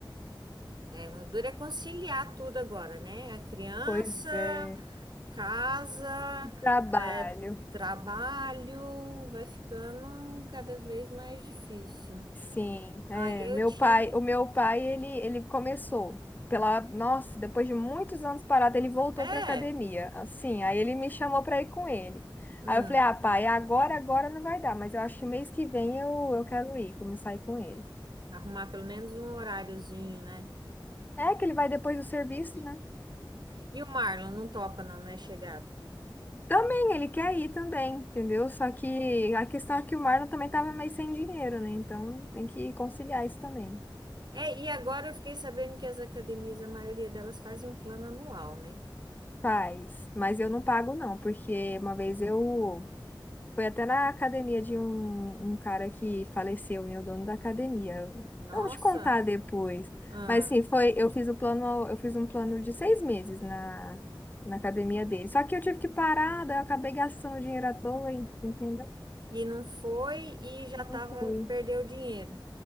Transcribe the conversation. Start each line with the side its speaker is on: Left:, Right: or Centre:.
Right: É, o duro é conciliar tudo agora, né? A criança,
Left: Pois é,
Right: casa,
Left: trabalho.
Right: é, trabalho, vai ficando cada vez mais difícil.
Left: Sim, é,
Right: Aí eu
Left: meu
Right: tinha.
Left: pai, o meu pai, ele, ele começou pela, nossa, depois de muitos anos parado, ele voltou
Right: É,
Left: para academia. Assim, aí ele me chamou para ir com ele.
Right: hum,
Left: Aí eu falei: "Ah, pai, agora agora não vai dar, mas eu acho que mês que vem eu, eu quero ir, começar a ir com ele".
Right: arrumar pelo menos um horáriozinho, né?
Left: É que ele vai depois do serviço, né?
Right: E o Marlon não topa, não, não é chegada.
Left: Também ele quer ir também, entendeu? Só que a questão é que o Marlon também tava meio sem dinheiro, né? Então tem que conciliar isso também.
Right: É, e agora eu fiquei sabendo que as academias, a maioria delas fazem um plano anual, né?
Left: Faz, mas eu não pago não, porque uma vez eu Foi até na academia de um, um cara que faleceu, né? O dono da academia.
Right: Nossa!
Left: Eu vou te contar depois.
Right: Ah,
Left: Mas sim, foi, eu fiz o plano, eu fiz um plano de seis meses na, na academia dele. Só que eu tive que parar, daí eu acabei gastando dinheiro à toa, hein, entendeu?
Right: e não foi e já tava,
Left: Não fui.
Right: perdeu o dinheiro.